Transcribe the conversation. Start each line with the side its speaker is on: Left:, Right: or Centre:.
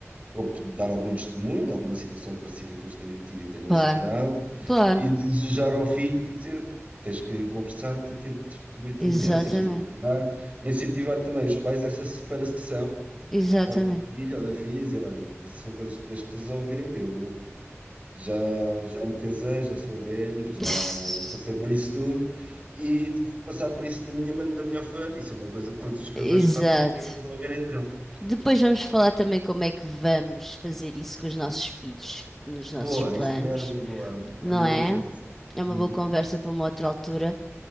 Right: ou dar algum testemunho de alguma situação parecida que eles tenham tido e tenham
Centre: Claro,
Right: separado,
Centre: claro.
Right: e desejar ao filho que dizer tens que conversar porque é
Centre: Exatamente.
Right: a mulher, ou seja, incentivar, incentivar também os pais essa separação
Centre: Exatamente.
Right: por parte do filho ou da filha, e dizer, olha, isso são coisas que tens que resolver, eu já, já me casei, já sou velho, já,
Centre: <laughs>
Right: já passei por isso tudo. E tive que passar por isso da minha, man- da minha maneira, isso é uma coisa que todos os casais
Centre: Exato.
Right: passam e têm que resolver entre eles.
Centre: Depois vamos falar também como é que vamos fazer isso com os nossos filhos nos
Right: Boa,
Centre: nossos planos,
Right: isso também era uma boa,
Centre: não
Right: era uma
Centre: é?
Right: boa conversa.
Centre: É
Right: Uhum.
Centre: uma boa conversa para uma outra altura.